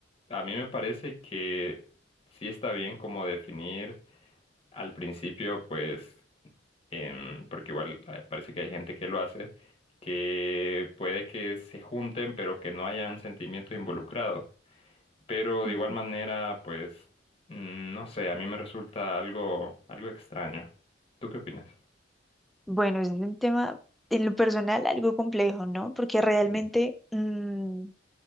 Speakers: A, on the left (about 30°); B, in the centre.
A: A mí me parece que sí está bien como definir al principio, pues em, porque igual eh, parece que hay gente que lo hace, que puede que se junten, pero que no hayan sentimientos involucrados. Pero
B: ujú.
A: de igual manera, pues, mm, no sé, a mí me resulta algo, algo extraño. ¿Tú qué opinas?
B: Bueno, es un tema en lo personal algo complejo, ¿no? Porque realmente...
A: Sí.
B: mm,